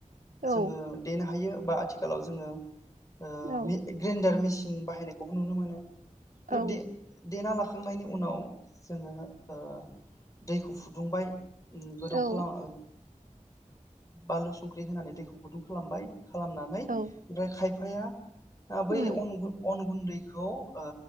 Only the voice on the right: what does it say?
औ
औ
औ
औ
औ
उम